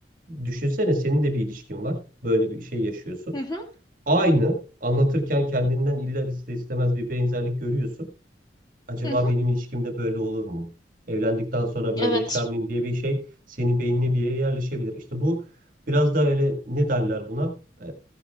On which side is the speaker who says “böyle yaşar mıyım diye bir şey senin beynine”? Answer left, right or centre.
Right